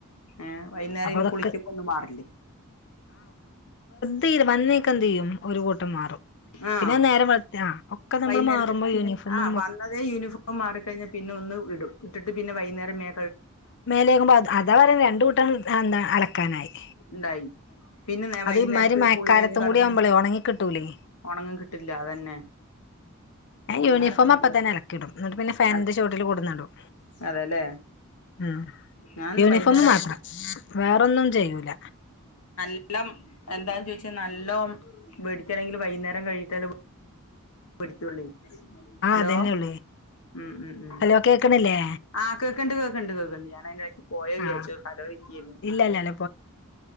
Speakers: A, on the left (about 85°); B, on the left (about 55°).
A: ഏഹ് വൈന്നേരം
B: അപ്പൊ
A: ഇനി
B: അതൊക്കെ
A: കുളിക്കുമ്പ ഒന്നു മാറില്ലേ
B: തീരും വന്നേക്ക് എന്തെയ്യും ഒരു കൂട്ടം മാറും
A: ആഹ്‌
B: പിന്നെ നേരം വെളുത്ത ആ ഒക്കെ നമ്മൾ
A: വൈന്നേരത്തെ
B: മാറുമ്പോ
A: പിൻ
B: യൂണിഫോമും
A: ആ വന്ന തേ യൂനിഫോം മാറിക്കഴിഞ്ഞാൽ പിന്നെ ഒന്ന് ഇടും ഇട്ടിട്ട് പിന്നെ വൈന്നേരം നേ
B: മേലേയ്കുമ്പോ അത് അതാ പറണത് രണ്ട് കൂട്ടം ദ എന്താ അലക്കാനായി
A: ഇണ്ടായി പിന്നെ നേ
B: അത്
A: വൈകുന്നേരത്ത്
B: ഇമ്മായ്രി മഴക്കാലത്തും
A: കുളി കഴിഞ്ഞ് കടന്ന്
B: കൂടി ആവുമ്പളേ ഒണങ്ങി കിട്ടൂലേ
A: ഒണങ്ങും കിട്ടില്ല അതന്നെ
B: ഞാൻ
A: ഒണങ്ങാനൊക്കെ
B: യൂണിഫോം അപ്പ
A: നല്ല
B: തന്നെ അലക്കിടും എന്നിട്ട് പിന്നെ ഫാനിന്റെ
A: അൽ
B: ചോട്ടില് കൊടന്നിടും
A: അതെല്ലേ
B: ഉം
A: ഞാൻന്ന്
B: യൂണിഫോമ്
A: വൈകുന്നേരം അലക്കി
B: മാത്രം വേറൊന്നും ചെയ്യൂല
A: ല്ലം എന്താന്ന് ചോദിച്ചാ നല്ലോം വെടി തണെങ്കിലും വൈന്നേരം കഴിഞ്ഞിട്ട ല്ലേ പിടിക്കുള്ളി
B: ആ
A: ഹലോ
B: അതന്നെ ഉള്ളൂ
A: ഉംഉം ഉംആഹ്
B: ഹലോ കേക്കണില്ലേ
A: കേക്കു കണ്ട് കേക്ക്‌ണ്ട് കേക്ക്‌ണ്ട് കേക്ക്ണ്ട് ഞാനയ് പോയോ
B: ആ
A: വ്യ ച്ചോ കധോ വിക്കിർന്ന്
B: ഇല്ലല്ലല്ല
A: ഉം